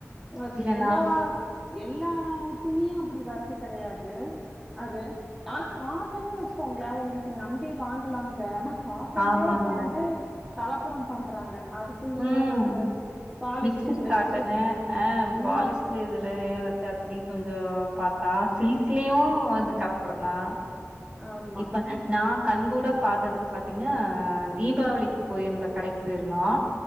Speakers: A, in the centre; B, on the right (about 20°).
A: அது
B: இல்லன்னா
A: எல்லா எல்லா துணிய அப்புடி வறது கடையாது அது ஆனா காட்டன்னு வச் கோங்ள ஒங்ளுக்கு நம்பி வாங்கலாங்க அனா காட்டன்லே
B: ஆமாங்க.
A: இப்ப வந்து கலப் ப்படம் பண்றாங்க அதுக்குள்ளயே
B: ம்
A: ஏதோ ஒரு பாலிஸ்டர்
B: மிக்ஸுடு
A: வச்சு
B: காட்டணு அ
A: ம்
B: பாலிஸ்டு இதுல <unintelligible> திலு கொஞ்சோ பாத்தா சில்க்லியு வந்து கலப்படம்தா
A: ஆமா.
B: இப்ப நா கண்கூட பாத்ததுக்கு பாத்தீங்ன்னா தீபாவளிக்கு போய்ருந்த கடைக் போய்ருந்தோ